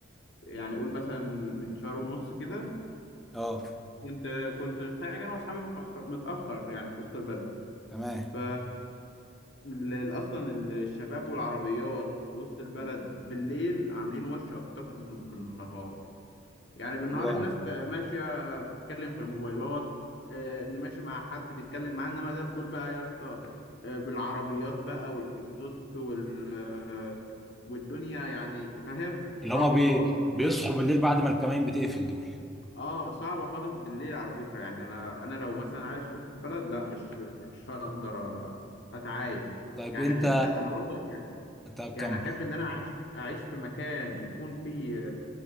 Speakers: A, on the left; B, in the centre.
A: يعني قول مثلا من شهر ونص كده
B: اه
A: كنت كنت خارج انا واصحابي متاخر متاخر يعني في وسط البلد
B: تمام
A: ف ال- اصلا الشباب والعربيات في وسط البلد بالليل عاملين وش اكتر من بالنهار يعني بالنهار
B: الله
A: الناس ت- ماشيه بتتكلم في الموبايلات آه، اللي ماشي مع حد بيتكلم معاه انما ده- دول بقى يا اسطى آه، بالعربيات بقى والاكزوست وال آه، والدنيا يعني فاهم
B: اللي
A: صعبه
B: هما بي...
A: خالص
B: بيصحوا بالليل بعد ما الكمائن بتقفل دول
A: اه صعبه خالص بالليل على فكره يعني انا انا لو مثلا عايش في وسط البلد لا مش مش هقدر أ- اتعايش
B: طيب
A: يعني
B: انت
A: حتى انا برضو يعني
B: طب
A: يعني
B: كمل
A: احب ان انا اعيش اعيش في مكان يكون فيه